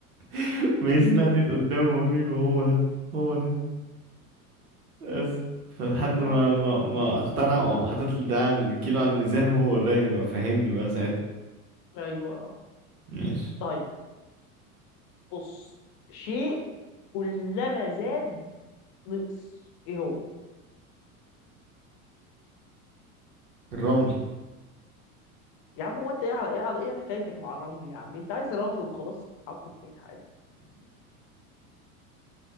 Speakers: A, on the right; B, on the left.
A: <laughs> ميس الحديد قدامه وري له هو ده هو ده بس فلحد ما
B: آه...
A: ما ما اقتنع او حاطط لي ده على الكيلو على الميزان هو وراني بقى فهمني بقى ساعتها
B: ايوه
A: ماشي
B: طيب بص شيء كلما زاد نقص ايه هو
A: الرمل
B: يا عم هو انت ايه على ايه على ايه حكايتك مع الرمل يا عم انت عايز رمل وخلاص تتحط في اي حاجه